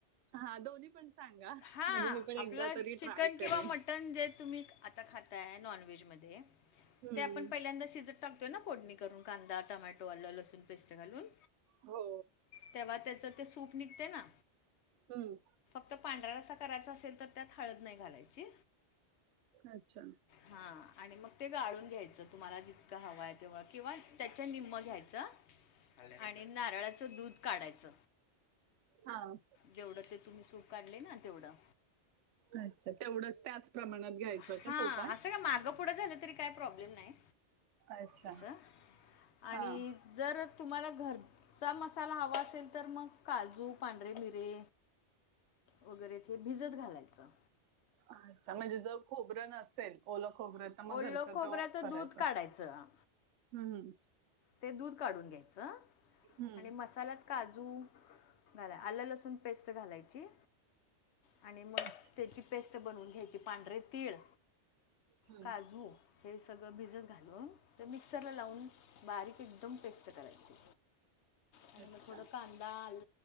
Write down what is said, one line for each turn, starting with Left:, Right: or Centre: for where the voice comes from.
Right: हा दोन्ही पण सांगा.
Left: हा.
Right: म्हणजे मी पण एकदा
Left: आपलं
Right: तरी
Left: चिकन
Right: ट्राय
Left: किंवा
Right: करेन.
Left: मटन जे तुम्ही आता खाताय नॉनव्हेज मधे,
Right: हं.
Left: ते आपण पहिल्यांदा शिजत टाकतो ना फोडणी करून कांदा, टोमॅटो, आलं-लसूण पेस्ट घालून.
Right: हो.
Left: तेव्हा त्याचं ते सूप निघतय ना?
Right: हम्म.
Left: फक्त पांढरा रस्सा करायचा असेल तर त्यात हळद नाई घालायची.
Right: अच्छा.
Left: हा आणि मग ते गाळून घ्यायचं तुम्हाला जी तक हवाय किंवा त्याच्या निम्म घ्यायच आणि नारळाचं दूध काढायच.
Right: हां.
Left: जेवढं ते तुम्ही सूप काढलय ना, तेवढं.
Right: अच्छा. तेवढंच त्याच प्रमाणात घ्यायचं
Left: हां,
Right: का तो पण?
Left: असं काय मागं पुढं झालं तरी काय प्रॉब्लेम नाय
Right: अच्छा.
Left: तसं आणि
Right: हां.
Left: जर तुम्हाला घरचा मसाला हवा असेल तर मग काजू, पांढरे मिरे वगैरेत हे भिजत घालायचं.
Right: अच्छा. म्हणजे जर खोबरं नसेल, ओल खोबर तर मग
Left: ओलं
Right: घरच तो
Left: खोबऱ्याचं
Right: करायचं.
Left: दूध काढायचं
Right: हम्म हम.
Left: ते दूध काढून घ्यायचं
Right: हं.
Left: आणि मसाल्यात काजू घाला आलं लसूण पेस्ट घालायची. आणि मग
Right: अच्छा.
Left: तेची पेस्ट बनवून घ्यायची. पांढरे तीळ,
Right: हं.
Left: काजू, हे सगळं भिजत घालून ते मिक्सरला लावून. बारीक एकदम पेस्ट करायची आणि
Right: अच्छा.
Left: मग थोड कांदा आल.